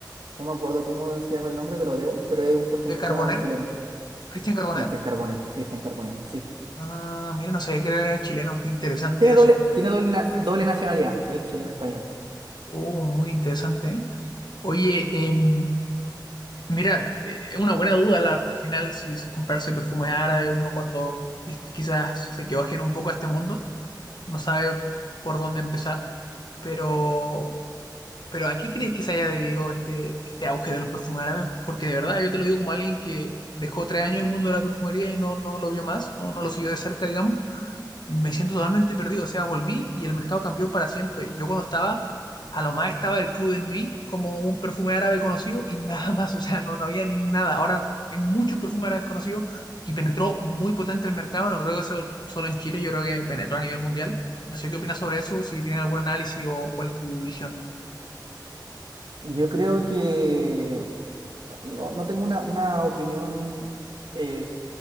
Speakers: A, on the right (about 80°); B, on the left (about 70°).
A: No me acuerdo cómo se llama el nombre, te lo debo, pero es un perfumista
B: de Carboner,
A: chileno.
B: Cristian Carboner.
A: Cristian Carbonell, Cristian Carbonell, sí.
B: Ah, mira, no sabía que era chileno, qué interesante
A: Tiene
B: eso.
A: doble, tiene doble, na- doble nacionalidad, es chileno-español.
B: Oh, muy interesante. ¿eh? Oye, em, mira, eh, es una buena duda la- al final si comprarse perfume árabe, uno cuando is- quizás se quedó ajeno un poco a este mundo, no sabe por dónde empezar. Pero, pero ¿a qué crees que se haya debido este, este auge de los perfumes árabes? Porque de verdad, yo te lo digo como alguien que dejó tres años el mundo de la perfumería y no, no lo vio más, no, no lo siguió de cerca, digamos me siento totalmente perdido. O sea, volví y el mercado cambió para siempre. Yo cuando estaba, a lo más estaba el Club de Nui como un perfume árabe conocido y nada más. O sea, no, no había ni nada. Ahora hay muchos perfumes árabes conocidos y penetró muy potente el mercado. No creo que sea solo en Chile, yo creo que penetró a nivel mundial. No sé qué opinas sobre eso, si tienes algún análisis o cuál es tu visión.
A: Yo creo que No, no tengo una, una opinión eh,